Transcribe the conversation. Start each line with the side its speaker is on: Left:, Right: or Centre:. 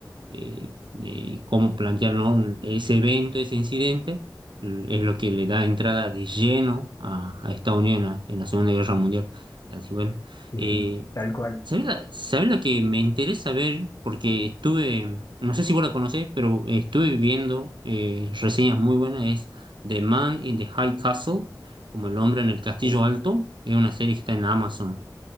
Right: de- de cómo plantear, ¿no? un- ese evento, ese incidente, l- es lo que le da entrada de lleno a, a Estados Unidos en la, en la Segunda Guerra Mundial. Así bueno,
Left: Sí,
Right: eh,
Left: tal cual.
Right: ¿sabés la, sabés la que me interesa ver? Porque estuve, no sé si vos la conocés, pero estuve viendo eh, reseñas muy buenas, es The Man in the High Castle, como El hombre en el castillo
Left: Uh,
Right: alto, es una serie que está en Amazon.